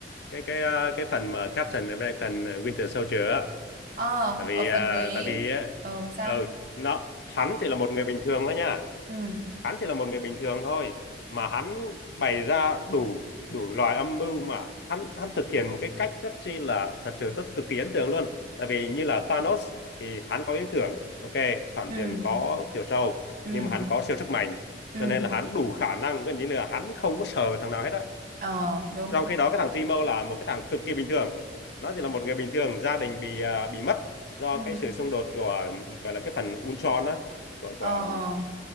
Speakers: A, on the left (about 65°); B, on the right (about 50°).
A: cái cái ờ, cái phần mà Captain American Winter Soldier á
B: ờ
A: tại vì
B: ở
A: ờ,
B: phần đấy
A: tại vì
B: ờ sao
A: ờ, ừ nó hắn chỉ là một người bình thường thôi nha
B: ừ
A: hắn chỉ là một người bình thường thôi mà hắn bày ra đủ đủ loại âm mưu mà hắn hắn thực hiện một cái cách rất chi là thật sự rất cực kỳ ấn tượng luôn tại vì như là Thanos thì hắn có ý tưởng ok phản
B: ừ
A: diện có chiều sâu
B: ừ
A: nhưng mà hắn có siêu sức mạnh
B: ừ
A: cho nên là hắn đủ khả năng gần như là hắn không có sợ thằng nào hết á
B: ờ đúng
A: trong khi đó cái thằng Timo là một cái thằng cực kỳ bình thường nó chỉ là một người bình thường gia đình bị à, bị mất do
B: ừ
A: cái sự xung đột của gọi là cái phần Ultron á của
B: ờ
A: của
B: ờ